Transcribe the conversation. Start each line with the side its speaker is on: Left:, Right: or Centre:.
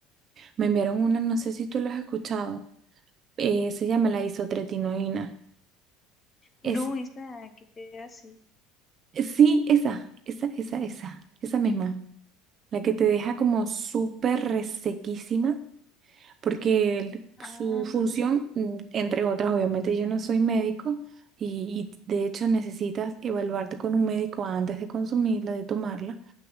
Right: me enviaron una, no sé si tú lo has escuchado, eh, se llama la isotretinoína. Es,
Left: No, esa que te hace.
Right: sí, esa, esa, esa, esa, esa misma, la que te deja como súper resequísima porque el-
Left: Ah,
Right: su función, mm, entre otras, obviamente yo no soy médico y, y de hecho necesitas evaluarte con un médico antes de consumirla, de tomarla,